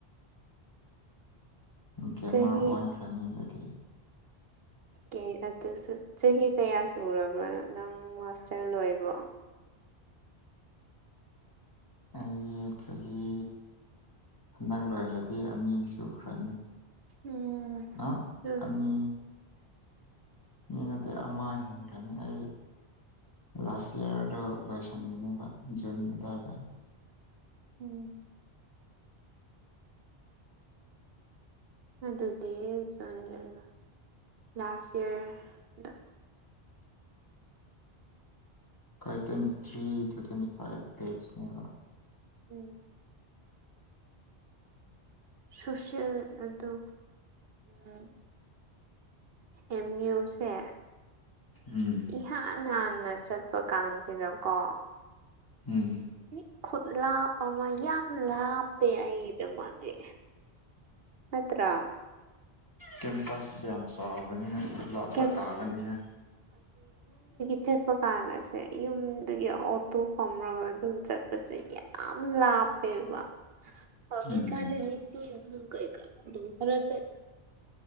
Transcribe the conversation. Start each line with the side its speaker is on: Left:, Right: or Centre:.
Left: ꯒꯦꯝꯃ꯭ꯔ
Right: ꯆꯍꯤꯒꯤ
Left: ꯑꯣꯟꯈ꯭ꯔꯅꯤ ꯗ <inaudible>
Right: ꯀꯦ ꯑꯗꯨꯁꯨ ꯆꯍꯤ ꯀꯌꯥ ꯁꯨꯔꯕ꯭ꯔ ꯅꯪ ꯃꯥ꯭ꯁꯇ꯭ꯔ ꯂꯣꯏꯕ
Left: ꯑꯩ ꯆꯍꯤ ꯍꯟꯗꯛ ꯂꯣꯏꯔꯗꯤ ꯑꯅꯤ ꯁꯨꯈ꯭ꯔꯅꯤ
Right: ꯎꯝ
Left: ꯅꯣꯍ
Right: ꯎꯝ
Left: ꯑꯅꯤ ꯑꯅꯤ ꯅꯠꯇꯦ ꯑꯃ ꯍꯦꯟꯈ꯭ꯔꯅꯤ ꯑꯩ ꯂꯥ꯭ꯁ ꯌ꯭ꯔꯗ ꯂꯣꯏꯁꯟꯕꯅꯦꯕ ꯖꯨꯟ ꯑꯗꯥꯢꯗ
Right: ꯎꯝ ꯑꯗꯨꯗꯤ <unintelligible> ꯂꯥꯁ ꯌ꯭ꯔꯗ
Left: ꯍꯣꯏ ꯇꯣꯏꯟꯇꯤ ꯊ꯭ꯔꯤ ꯇꯨ ꯇ꯭ꯋꯦꯟꯇꯤ ꯐ꯭ꯢꯥꯞ ꯚꯦꯠꯁ ꯅꯦꯕ
Right: ꯎꯝ ꯁꯣꯁꯤꯑꯜ ꯑꯗꯨ ꯎꯝ ꯑꯦꯝ ꯌꯨ ꯁꯦ
Left: ꯎꯝ
Right: ꯏꯍꯥꯟ ꯍꯥꯟꯅ ꯆꯠꯄ ꯀꯥꯟꯁꯤꯗ ꯀꯣ
Left: ꯎꯝ
Right: <unintelligible> ꯈꯨꯠ ꯂꯥꯞꯄ ꯑꯃ ꯌꯥꯝ ꯂꯥꯞꯄꯦ ꯑꯩꯒꯤꯗꯃꯛꯇꯤ ꯅꯠꯇ꯭ꯔꯥ
Left: ꯀꯦꯝꯄꯁ ꯌꯥꯝ ꯆꯥꯎꯕꯅꯤꯅ ꯂꯥꯞꯄ
Right: ꯀꯦꯝ
Left: ꯇꯥꯕꯅꯤꯅꯦ
Right: ꯆꯠꯄꯀꯥꯟ ꯑꯁꯦ ꯌꯨꯝꯗꯒꯤ ꯑꯣꯇꯣ ꯄꯝꯔꯒ ꯗꯨꯝ ꯆꯠꯄꯁꯦ ꯌꯥꯝ ꯎꯝ ꯂꯥꯞꯄꯦꯕꯥ ꯍꯧꯖꯤꯛꯀꯥꯟꯗꯤ
Left: ꯎꯝ
Right: ꯃꯤꯇꯤꯡ ꯎꯝ ꯀꯩ ꯀꯥ ꯑꯗꯨꯝ ꯈꯔ ꯆꯠ